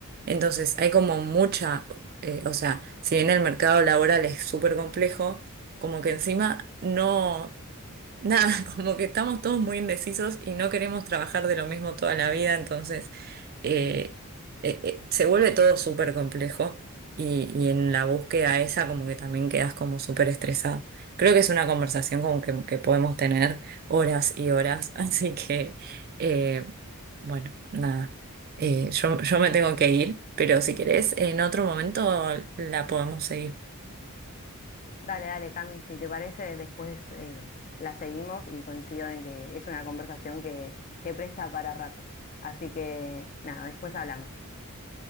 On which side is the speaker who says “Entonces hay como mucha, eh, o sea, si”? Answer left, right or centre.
Right